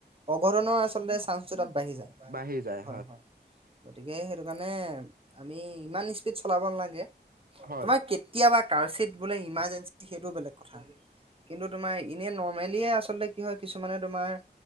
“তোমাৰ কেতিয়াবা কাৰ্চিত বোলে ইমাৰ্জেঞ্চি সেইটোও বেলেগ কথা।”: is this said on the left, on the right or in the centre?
Right